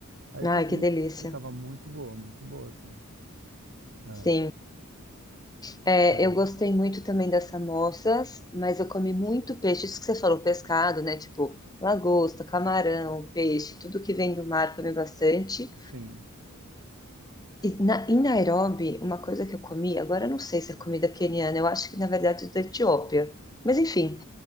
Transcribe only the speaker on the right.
Aí eu comi
e tava muito boa, muito boa, assim. É,
é,
sim.